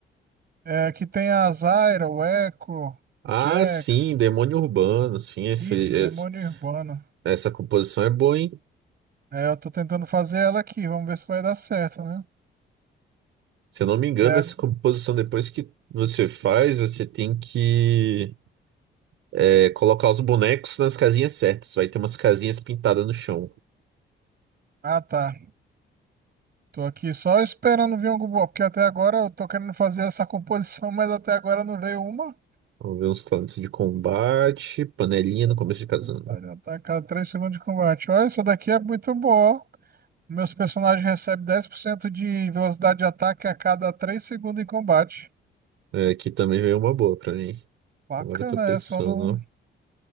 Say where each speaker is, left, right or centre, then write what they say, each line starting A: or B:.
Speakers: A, on the right; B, on the right.
A: É, que tem a Zyra, o Echo,
B: Ah,
A: o Jax.
B: sim, demônio urbano. Sim, esse,
A: Isso,
B: esse-
A: Demônio Urbano.
B: essa composição é boa, hein?
A: É, eu tô tentando fazer ela aqui. Vamos ver se vai dar certo, né?
B: Se eu não me engano,
A: Até a-
B: essa composição, depois que você faz, você tem que é, colocar os bonecos nas casinhas certas. Vai ter umas casinhas pintadas no chão.
A: Ah, tá. Tô aqui só esperando vir algum boa, porque até agora eu tô querendo fazer essa <laughs> composição, mas até agora não veio uma.
B: Vamos ver uns talentos de combate, panelinha
A: Isso
B: no
A: é
B: começo
A: muito
B: de cada
A: vontade,
B: zona.
A: Já tá a cada 3 segundos de combate. Olha, essa daqui é muito boa. ó. Meus personagens recebem 10% de velocidade de ataque a cada 3 segundos em combate.
B: É, aqui também veio uma boa pra mim.
A: Bacana
B: Agora eu tô pensando,
A: essa, Só não,
B: ó.